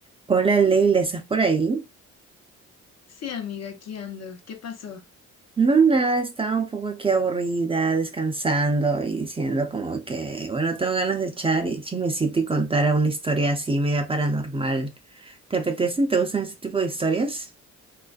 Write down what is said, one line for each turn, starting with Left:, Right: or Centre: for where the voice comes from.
Right: Hola Leila, ¿estás por ahí?
Left: Sí, amiga, aquí ando. ¿Qué pasó?
Right: No, nada, estaba un poco aquí aburrida, descansando y diciendo como que, bueno, tengo ganas de echar y chismecito y contar una historia así media paranormal. ¿Te apetecen? ¿Te gustan ese tipo de historias?